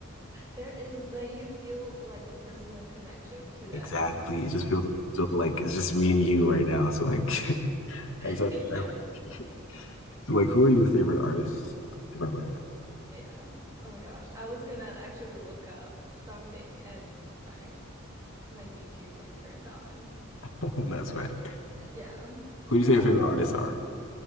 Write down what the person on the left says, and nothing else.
Exactly. It just feels so like it's just me and you right now. So like, <laughs>
that's that's-
I like. So like, who are your favorite artists? If I might,
<laughs> that's fine.
Who do you
say your favorite artists are?